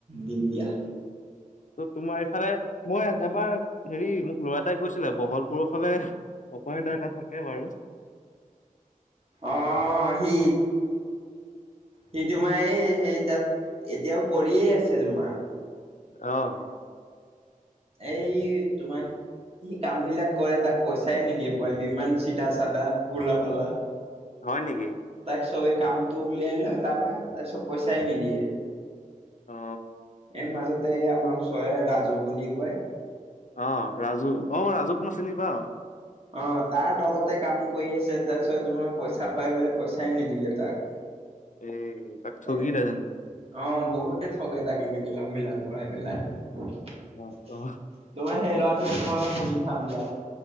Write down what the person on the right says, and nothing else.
দিম, দিয়া!
অ', সি সি তোমাৰ এই, সেই তাত, এতিয়াও কৰিয়ে আছে তোমাৰ।
এই, তোমাক সি কামবিলাক কৰে তাক পইচাই নিদিয়ে পোৱালিটো ইমান চিধা-চাধা, ভোলা-ভালা।
তাইক চবে কামটো উলিয়াই লয় তাৰপা, তাৰছত পইচাই নিদিয়ে।
এই মাজতে আমাৰ ওচৰে ৰাজু বুলি কয়
অ', তাৰ তলতে কাম কৰি আছে তাৰছত তোমাৰ পইচা পাই বোলে, পইচাই নিদিলে তাক।
এ
অ', বহুতে ঠগে তাক এনেকে কাম বিলাক কৰাই পেলাই। তোমাৰ
সেই ল'ৰাটোক মই সুধি চাম দিয়া।